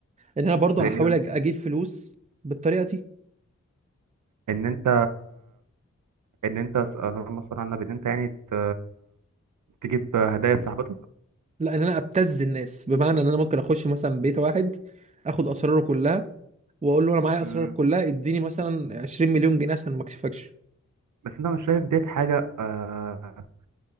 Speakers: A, on the right (about 25°); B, on the right (about 85°).
A: ان انا برضو
B: زي
A: هحاول
B: ايه مثلا
A: أج- اجيب فلوس بالطريقه دي
B: ان انت ان انت اللهم صل على النبي ان انت يعني ت... تجيب هدايا لصاحبتك
A: لا ان انا ابتز الناس بمعنى ان انا ممكن اخش مثلا بيت واحد اخد اسراره كلها واقول له انا معايا اسرارك
B: مم.
A: كلها اديني مثلا 20 مليون جنيه عشان ما اكشفكش
B: بس انت مش شايف ديت حاجه آه،